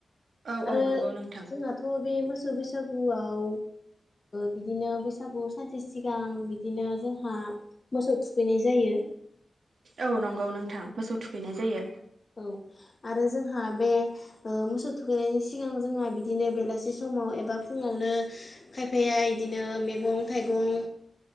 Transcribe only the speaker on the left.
आरो
जोंहाथ' बे मोसौ बैसागुआव बिदिनो बैसागु सानसे सिगां बिदिनो जोंहा मोसौ थुखैनाय जायो
औ आरो जोंहा बे मोसौ थुखैनायनि सिगां जोंहा बिदिनो बेलासि समाव एबा फुङावनो खायफाया बिदिनो मैगं थाइगं